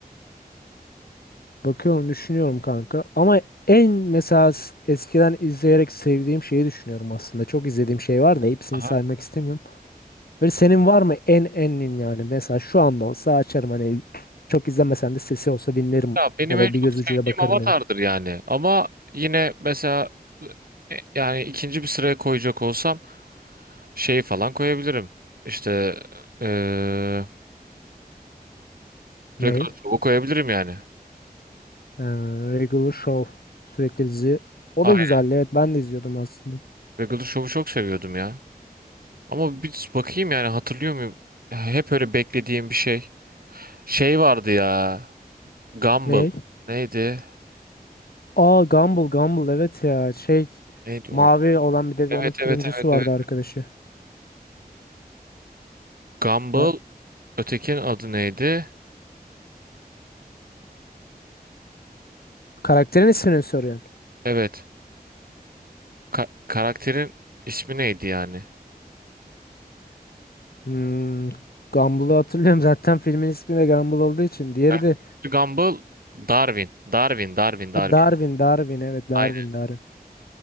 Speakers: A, on the left; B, on the right.
A: Bakıyorum, düşünüyorum kanka. Ama en mesela s- eskiden izleyerek sevdiğim şeyi düşünüyorum aslında. Çok izlediğim şey var da hepsini
B: Aha.
A: saymak istemiyorum. Böyle senin var mı en enin yani? Mesela şu anda olsa açarım hani çok izlemesen de sesi olsa dinlerim
B: Ya benim
A: ya
B: en
A: da
B: çok
A: bir göz
B: sevdiğim
A: ucuyla bakarım
B: Avatar'dır
A: dedin.
B: yani. Ama yine mesela e, yani ikinci bir sıraya koyacak olsam şey falan koyabilirim. İşte eee
A: Ney?
B: Regular Show'u koyabilirim yani.
A: Ee, Regular Show sürekli dizi. O
B: Aynen.
A: da güzeldi evet ben de izliyordum aslında.
B: Regular Show'u çok seviyordum ya. Ama bir bakayım yani hatırlıyor muyum? Ya Hep öyle beklediğim bir şey. Şey vardı ya. Gumball.
A: Ney?
B: Neydi?
A: Aa Gumball Gumball evet ya şey
B: Neydi o?
A: mavi
B: ya?
A: olan bir de
B: Evet
A: onun turuncusu
B: evet evet
A: vardı
B: evet.
A: arkadaşı.
B: Gumball
A: Ha,
B: ötekinin adı neydi?
A: karakterin ismini mi soruyorsun?
B: Evet. Ka- karakterin ismi neydi yani?
A: Hmm, Gumball'ı hatırlıyorum. <laughs> Zaten filmin ismi de Gumball olduğu için. Diğeri
B: Karakter-
A: de
B: Gumball Darwin. Darwin, Darwin, Darwin.
A: ha, Darwin, Darwin. Evet, Darwin,
B: Aynen.
A: Darwin.